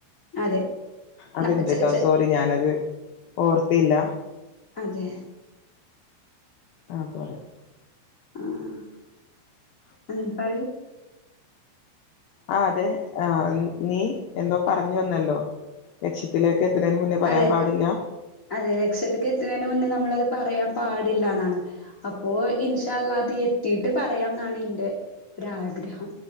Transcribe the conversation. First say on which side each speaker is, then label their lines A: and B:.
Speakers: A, on the left (about 60°); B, on the left (about 80°).
A: അതെ
B: അത്
A: ന
B: എണ്ട്
A: ചെ
B: ട്ടോ
A: ചെ
B: സോറി പ്ലീ ഞാനത് ഓർത്തില്ല
A: അതെ
B: ആ പറയൂ
A: ആഹ്‌ എ പറയൂ
B: ആഹ്‌ അതെ ആ നീ എന്തോ പറഞ്ഞു വന്നല്ലോ ലക്ഷ്യത്തിലേക്ക് എത്തണേന് മുന്നേ പറയാൻ
A: അതെ
B: പാടില്ല
A: അതെ ലക്ഷ്യത്ത്ക്ക് എത്ത്ണേന്റെ മുന്നേ നമ്മളത് പറയാൻ പാടില്ല എന്നാണ് അപ്പോ ഇൻഷാ അല്ലാഹ് അത് എത്തിയിട്ട് പറയാംന്നാണ് ഇന്റെ ഒരാഗ്രഹം